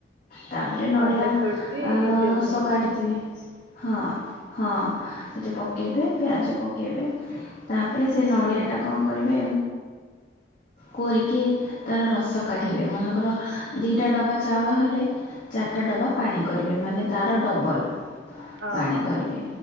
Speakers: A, on the left (about 45°); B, on the right (about 75°).
A: ତାପରେ ନଡ଼ିଆ
B: ଡ୍ରାଇ ଫ୍ରୁଟସ୍ ବି
A: ଆ ରସ
B: ଦଉଛନ୍ତି
A: କାଢଟିିଥିବେ। ହଁ ହଁ ସେଠି ପକେଇବେ ପିଆଜ ପକେଇବେ ତା ତାପରେ ସେ ନଡ଼ିଆଟା
B: ହୁଁ
A: କଣ କରିବେ କୋରିକି ତାର ରସ କାଢିବେ ମନେକର ଦିଇଟା ଡବା ଚାଉଳ ହେଲେ ଚାରିଟା ଡବା ପାଣି କରିବେ ମାନେ ତର ଡବଲ୍।
B: ଓହୋ
A: ପାଣି କରିବେ